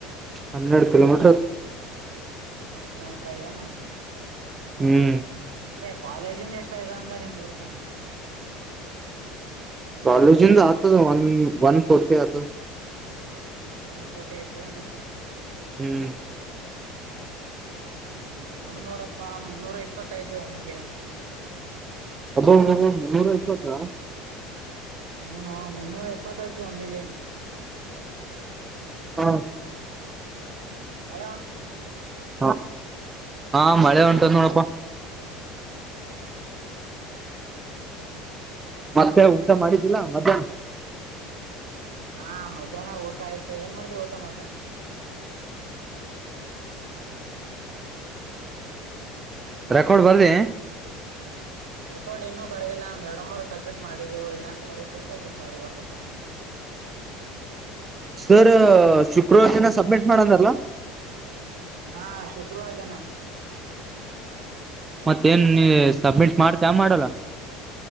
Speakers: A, on the right; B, on the right.
A: ಹನ್ನೆರಡು ಕಿಲೋಮೀಟರ್
B: ಹನ್ನೆಡ್ ಕಿಲೋಮೀಟರ್ <unintelligible>
A: ಹ್ಮ್
B: ಅದೇ ಕಾಲೇಜಿಂದ ಎಷ್ಟ <unintelligible> ಅಂದ ನನಿಮ್ಮೂರ್ಕಿನ್ನ <unintelligible>
A: ಕಾಲೇಜಿಂದ <unintelligible> ಒನ್ ವನ್ಫರ್ಟಿ ಆತ
B: ಒಂದ್ <unintelligible>
A: ಹ್ಮ್
B: ಹಾ <unintelligible> ನೋಡಪ್ಪಾ ಮುನ್ನೂರ ಇಪ್ಪತ್ತಯ್ತು ನಮಿಗೆ. <inaudible>
A: ಅಬ್ಬ ಮುನ್ನೂರ ಇಪ್ಪತ್ತ
B: ಹ ಮುನ್ನೂರ ಎಪ್ಪತ್ತಾಯ್ತು <unintelligible>
A: ಹಾ <unintelligible>
B: ಮಳೆ <unintelligible>
A: ಹ ಹಾ ಮಳೆ <unintelligible> ನೋಡಪ್ಪ
B: <inaudible>
A: ಮತ್ತೆ ಊಟ ಮಾಡಿದ್ದಿಲ್ಲ ಮಧ್ಯಾಹ್ನ
B: ಹಾ ಮಧ್ಯಾಹ್ನ ಊಟ ಆಯ್ತು ಏನ್ ಮಾಡ್ದವಿ <unintelligible> ಊಟ ಮಧ್ಯಾಹ್ನ.
A: ರೆಕಾರ್ಡ್ ಬರದಿ.
B: ರೆಕಾರ್ಡ್ ಇನ್ನು ಬರದಿಲ್ಲ ಮೇಡಮ್ ಅವರು ಸಬ್ಮಿಟ್ ಮಾಡಿದಿವಿ <unintelligible> ಇನ್ನ ಸಬ್ಮಿಟ್ ಮಾಡಬೇಕ್ <unintelligible>
A: ಸರ್ ಶುಕ್ರವಾರ <unintelligible> ಸುಭ್ಮಿಟ್ ಮಾಡಣಲ್ಲ
B: ಹಾ ಶುಕ್ರವಾರ ದಿನ.
A: ಮತ್ತೇನ್ ನೀ ಸಬ್ಮಿಟ್ ಮಾಡ್ತೀಯ ಮಾಡಲ್ಲ.